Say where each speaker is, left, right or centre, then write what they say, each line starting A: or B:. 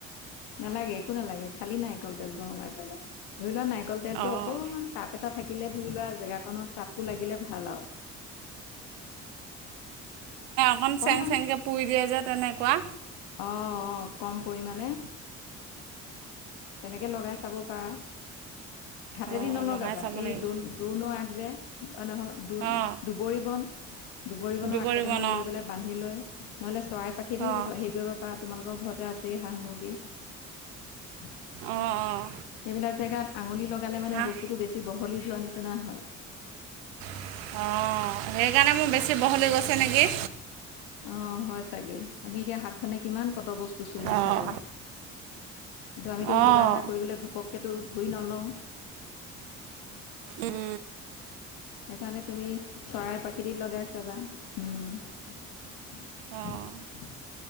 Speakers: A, on the left (about 65°); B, on the right (about 70°).
A: নালাগে একো নালাগে খালি নাৰিকল তেল গৰমাই পেলাই ধৰি লোৱা নাৰিকল তেলটো
B: অঁ
A: অকমান তাত তাপ এটা থাকিলে ধৰি লোৱা জেগা কণত তাপটো লাগিলে ভাল আও।
B: অকণমান
A: অকমান
B: চেং চেংকৈ পুৰি দিয়ে যে তেনেকুৱা।
A: অ অ কম পৰিমাণে তেনেকে লগাইছে। চাব পাৰা হাতেদি
B: অঁ
A: নলগাবা
B: লগাই চাব
A: এই
B: লাগিব
A: দুন দোণ আগ যে অ নহয়
B: অঁ
A: দুবৰি বন। দুবৰি বনৰ
B: দুবৰিবন
A: আগ কেইটামান লৈ
B: অঁ
A: পেলাই বান্ধি লৈ নহ'লে চৰাই পাখি দিও
B: অঁ
A: হেৰি কৰিব পাৰা তোমালোকৰ ঘৰতে আছেই হাঁহ মুৰ্গী সেইবিলাক
B: অঁ অঁ
A: জেগাত আঙুলি লগালে মানে
B: হাঁ
A: বস্তুটো বেছি বহলি যোৱা নিচিনা হয়।
B: অ সেইকাৰণে মোৰ বেছি বহলি গৈছে নেকি।
A: অ হয় চাগে আমি এতিয়া খনে কিমান পত গস্তু চুই নাথাকো
B: অঁ
A: কিন্তু আমিতো
B: অঁ
A: কিবা এটা কৰিবলৈ ঘপককেতো ধুই নলওঁ।
B: উম
A: সেইকাৰণে তুমি চৰাই পাখিদি লগাই চাবা উম। <inaudible>
B: অঁ